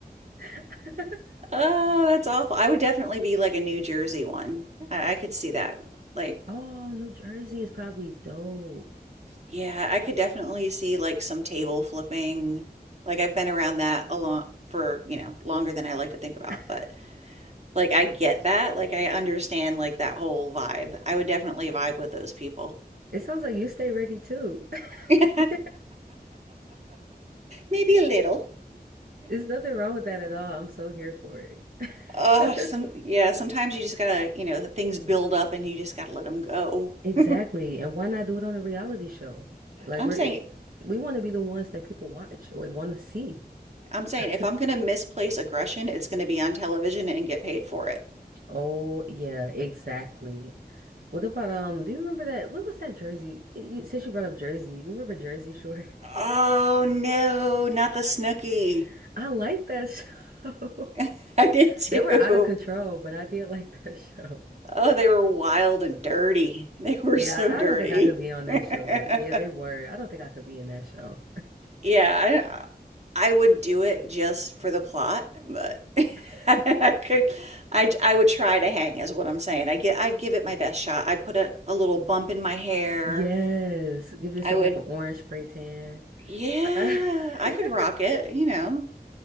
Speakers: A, on the right; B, on the right.
A: <laughs>
B: Oh, that's awful. I would definitely be like a New Jersey one. I, I could see that. Like
A: Oh, New Jersey is probably dope.
B: Yeah, I could definitely see like some table flipping. Like I've been around that a lot for, you know, longer than I like to think about,
A: <laughs>
B: but like I get that. Like I understand like that whole vibe. I would definitely vibe with those people.
A: It sounds like you stay ready too. <laughs>
B: <laughs> Maybe
A: There's
B: a little.
A: nothing wrong with that at all. I'm so here for
B: Uh,
A: it.
B: some
A: <laughs>
B: yeah, sometimes you just gotta, you know, things build up and you just gotta let them go.
A: Exactly.
B: <laughs>
A: And why not do it on a reality show? Like
B: I'm
A: we're
B: saying
A: it, we want to be the ones that people watch or want to see.
B: I'm saying if
A: <laughs>
B: I'm gonna misplace aggression, it's gonna be on television and get paid for it.
A: Oh yeah, exactly. What about um? Do you remember that? What was that Jersey? You, you- since you brought up Jersey, you remember Jersey Shore?
B: Oh no, not the Snooky.
A: <laughs> I like that show. <laughs>
B: <laughs> I did too.
A: They were out of control, but I did like that <laughs> show.
B: Oh, they were wild and dirty. <laughs> They were
A: Yeah,
B: so dirty.
A: I I don't think I could be on
B: <laughs>
A: that
B: yeah,
A: show. They they were. I don't think I could be in that show.
B: I, I would do it just for the plot, but <laughs>
A: <laughs>
B: I could, I, I would try to hang is what I'm saying. I get, I'd give it my best shot. I'd put a, a little bump in my hair.
A: Yes, give yourself
B: I would,
A: like an orange spray tan.
B: yeah,
A: <laughs>
B: I could rock it, you know.